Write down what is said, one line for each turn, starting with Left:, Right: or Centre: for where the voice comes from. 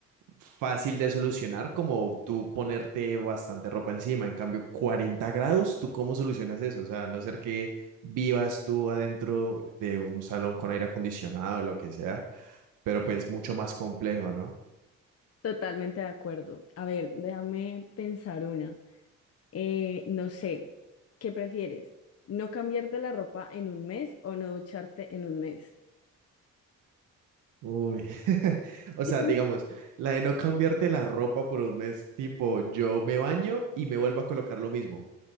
Right: fácil de solucionar como tú ponerte bastante ropa encima. En cambio, 40 grados, ¿tú cómo solucionas eso? O sea, a no ser que vivas tú adentro de un salón con aire acondicionado o lo que sea, pero pues mucho más complejo, ¿no?
Left: Totalmente de acuerdo. A ver, déjame pensar una. Eh, no sé, ¿qué prefieres? ¿No cambiarte la ropa en un mes o no ducharte en un mes?
Right: Uy, <laughs> o sea,
Left: <laughs>
Right: digamos, la de no cambiarte la ropa por un mes, tipo, yo me baño y me vuelvo a colocar lo mismo.